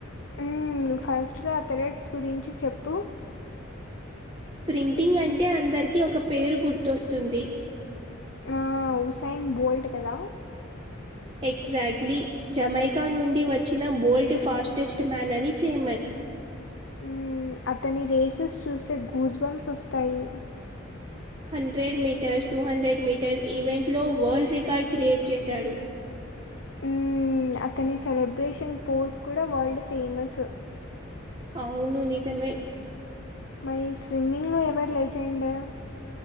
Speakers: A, on the left (about 65°); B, on the right (about 25°).
A: ఉ ఫస్ట్ గా అథలెట్స్ గురించి చెప్పు
B: స్ప్రింటింగ్ అంటే అందరికి ఒక పేరు గుర్తొస్తుంది.
A: ఆ హుసైన్ బోల్ట్ కదా
B: ఎగ్జాక్ట్లీ జమైకా నుండి వచ్చిన బోల్ట్ ఫాస్టెస్ట్ మ్యాన్ అని ఫేమస్
A: ఉమ్ అతని రేసెస్ చూస్తే గూస్ బంస్ వస్తాయి
B: hundred metres two hundred metres event లో వరల్డ్ రికార్డు క్రియేట్ చేశాడు
A: ఉమ్ అతని సెలబ్రేషన్ పోజ్ కూడా వరల్డ్ ఫేమస్
B: అవును ని సజమే
A: మరి స్విమ్మింగ్లో ఎవరు లేజెండు